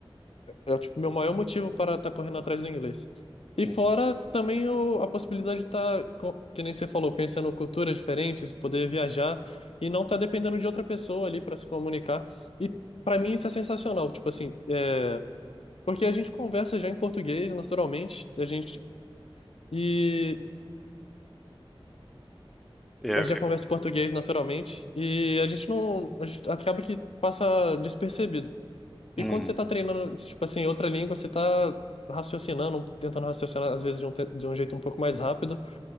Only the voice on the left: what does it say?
é tipo, meu maior motivo para estar correndo atrás do inglês. E
fora também o, a possibilidade de estar, que nem você falou, conhecendo culturas diferentes, poder viajar e não estar dependendo de outra pessoa ali para se comunicar. E para mim isso é sensacional. Tipo assim, é. Porque a gente conversa já em português naturalmente, a gente e
a gente já conversa em português naturalmente e a gente não a gente acaba que passa despercebido.
E quando você tá treinando, tipo assim, outra língua, você tá raciocinando, tentando raciocinar às vezes de um, te- de um jeito um pouco mais rápido